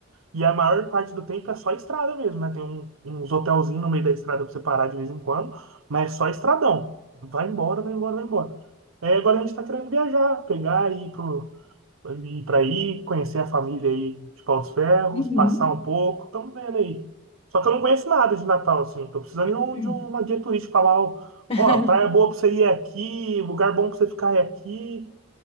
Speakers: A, on the right (about 80°); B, on the left (about 30°).
A: e a maior parte do tempo é só estrada mesmo, né? Tem um- uns hotelzinhos no meio da estrada pra você parar de vez em quando, mas é só estradão. Vai embora, vai embora, vai embora. É, agora a gente tá querendo viajar, pegar e ir pro, ir pra aí, conhecer a família aí de Paus Ferros,
B: Uhum.
A: passar um pouco, estamos vendo aí. Só que eu não conheço nada de Natal, assim, tô precisando de,
B: Uhum.
A: um, de uma guia turística falar, ó,
B: <laughs>
A: ó, praia boa pra você ir é aqui, lugar bom pra você ficar é aqui.